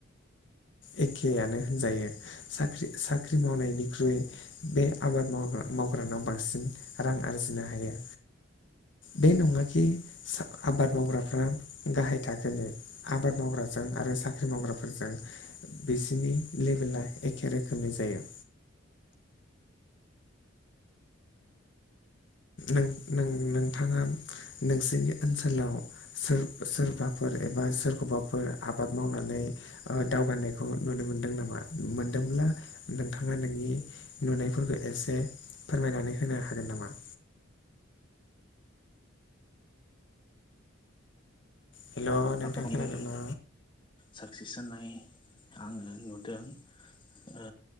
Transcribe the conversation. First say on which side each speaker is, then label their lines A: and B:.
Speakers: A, on the left (about 60°); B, on the left (about 25°).
A: एखेयानो होनजायो साख्रि साख्रि मावनायनिख्रुइ बे आबाद माव्रा मावग्रानाव बांसिन रां आरजिनो हायो। बे नङाखि सा आबाद मावग्राफ्रा गाहाय थाखोनि। आबाद मावग्राजों आरो साख्रि मावग्राफोरजों बिसोरनि लेभेला एखे रोखोमनि जायो। ओम नोंथाङा नोंसोरनि ओनसोलाव सोर। सोरबाफोर एबा सोरखौबाफोर आबाद मावनानै। ओ दावगानायखौ नुनो मोनदों नामा मोनदोंब्ला नोंथाङा नोंनि। नुनायफोरखौ एसे फोरमायनानै होनो हागोन नामा? हेल' नोंथां
B: आबादनिबो
A: खोनादोंना
B: साक्सेस जानाय आङो नुदों। ओ